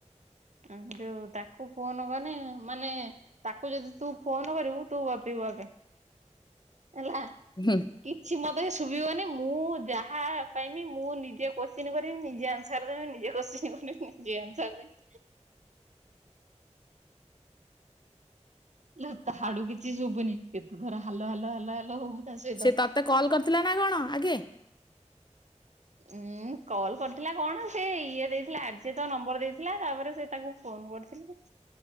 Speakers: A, on the right; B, on the left.
A: ଆଁ ଯୋଉ ତାକୁ ଫୋନ କଲେ ମାନେ ତାକୁ ଯଦି ତୁ ଫୋନ କରିବୁ ତୁ ଗପିବୁ ଆଗେ, ହେଲା।
B: ହୁଁ।
A: କିଛି ମତେ ଶୁଭିବନି, ମୁଁ ଯାହା ପାଇଁବି ମୁଁ ନିଜେ କୋଶ୍ଚିନ୍ କରିବି ନିଜେ ଆନ୍ସ୍ ଆନ୍ସର ଦେବି, ନିଜେ କ୍ୱଶ୍ଚିନ୍ କରିବି ନିଜେ ଆନ୍ସର ଦେବି। ଇଲୋ ତା ହାଡୁ କିଛି ଶୁଭୁନି। କେତେଥର ହାଲୋ ହାଲୋ ହାଲୋ ହାଲୋ ହବୁ। ତା ସହିତ
B: ସେ ତତେ କଲ୍ କରିଥିଲା ନା କଣ ଆଗେ?
A: ଉଁ-ଉଁ କଲ୍ କରିଥିଲା କଣ ସେ ଇଏ ଦେଇଥିଲା ଆର୍ଯ୍ୟ ତା ନମ୍ବର ଦେଇଥିଲା ତାପରେ ସେ ତାକୁ ଫୋନ କରିଥିଲି।